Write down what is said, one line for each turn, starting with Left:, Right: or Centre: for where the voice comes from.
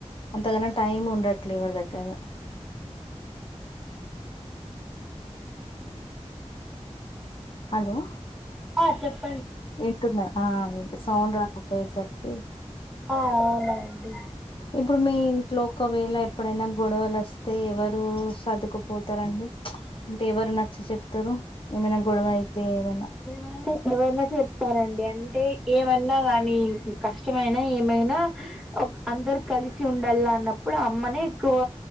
Left: అంతకన్నా టైం ఉండట్లే ఎవ్వరి దగ్గర హలో
Centre: ఆ చెప్
Left: వింటున్నా ఆ వింటున్నా సౌండ్ రాకపోయేసరికి
Centre: ఆ అవునండి
Left: ఇప్పుడు మీ ఇంట్లో ఒకవేళ ఎప్పుడైనా గొడవలు వస్తే ఎవరు సదుకుపోతారు అండి అంటే ఎవరు నచ్చ చెప్తారు ఏమైనా గొడవ అయితే ఏమైనా
Centre: ఎవర ఎవరైనా చెప్తారండి అంటే ఏమన్నా కానీ కష్టమైనా ఏమైనా ఓక్ అందరు కలిసి ఉండాలి లా అన్నప్పుడు అమ్మనే ఎక్కువ